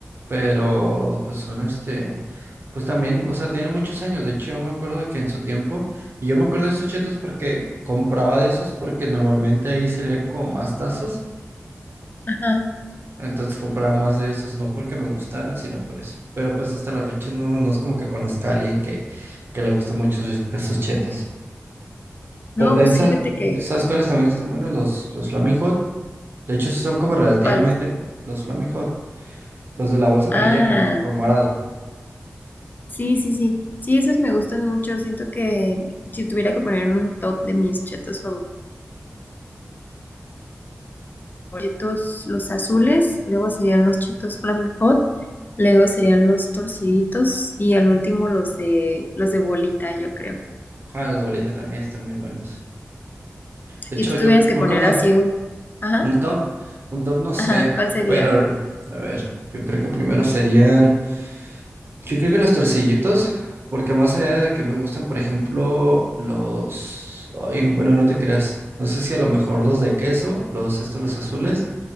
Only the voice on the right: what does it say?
pero pues son este, pues también, o sea, tienen muchos años. De hecho, yo me acuerdo que en su tiempo, y yo me acuerdo de esos chetos porque compraba de esos porque normalmente ahí salían como más tazos.
Entonces compraba más de esos, no porque me gustaran, sino por eso. Pero pues hasta la fecha no, no es como que conozca a alguien que, que le guste mucho esos esos chetos.
Pero también,
¿sabes,
sabes cuáles también están buenos? Los, los Flaming Hot. De hecho, son como relativamente
los Flaming Hot, los de la bolsa amarilla
con, con morado.
Ah, los de bolita también están muy buenos. De
hecho,
yo,
yo
me
acuerdo,
un top, un top no sé,
pero a ver, yo creo que primero serían, yo creo que los torcillitos, porque más allá de que me gustan, por ejemplo, los, ay, no, bueno, no te creas, no sé si a lo mejor los de queso, los estos, los azules,